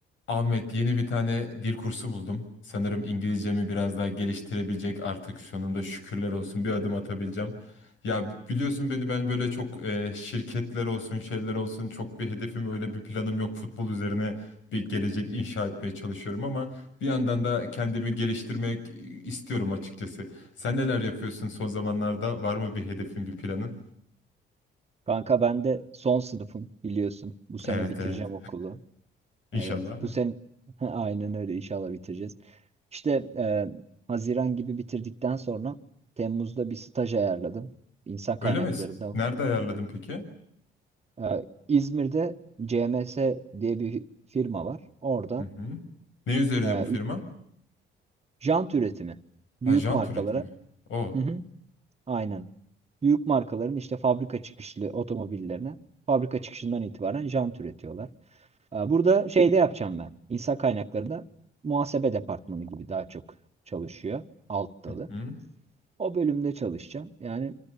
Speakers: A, on the left; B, on the right.
A: Ahmet yeni bir tane dil kursu buldum. Sanırım İngilizcemi biraz daha geliştirebilecek artık sonunda şükürler olsun bir adım atabileceğim. Ya biliyorsun beni ben böyle çok e, şirketler olsun şeyler olsun çok bir hedefim öyle bir planım yok. Futbol üzerine bir gelecek inşa etmeye çalışıyorum ama bir yandan da kendimi geliştirmek istiyorum açıkçası. Sen neler yapıyorsun son zamanlarda? Var mı bir hedefin bir planın?
B: Kanka ben de son sınıfım biliyorsun. Bu sene
A: Evet
B: bitireceğim
A: evet
B: okulu.
A: İnşallah.
B: Evet. Bu sene <laughs> aynen öyle inşallah bitireceğiz. İşte e, Haziran gibi bitirdikten sonra Temmuz'da bir staj ayarladım. İnsan kaynaklarında.
A: Öyle mi? Nerede ayarladın peki?
B: E, İzmir'de CMS diye bir firma var. Orada
A: Hı hı. Ne üzerine
B: e,
A: bu firma?
B: jant üretimi.
A: Ha,
B: Büyük
A: jant
B: markalara.
A: üretimi. O.
B: Hı hı. Aynen. Büyük markaların işte fabrika çıkışlı otomobillerine fabrika çıkışından itibaren jant üretiyorlar. Ee, Burada şeyde yapacağım ben. İnsan kaynaklarında muhasebe departmanı gibi daha çok çalışıyor. Alt dalı.
A: Hı. hı.
B: O bölümde çalışacağım. Yani